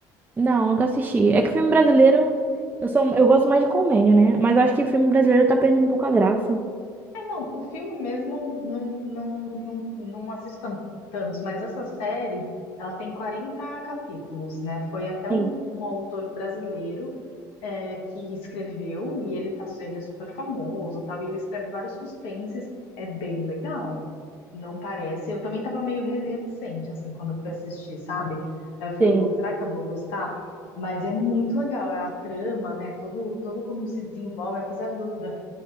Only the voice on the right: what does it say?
Não, nunca assisti. É que filme brasileiro, eu sou, eu gosto mais de comédia, né? Mas eu acho que filme brasileiro tá perdendo um pouco a graça.
Sim.
Sim.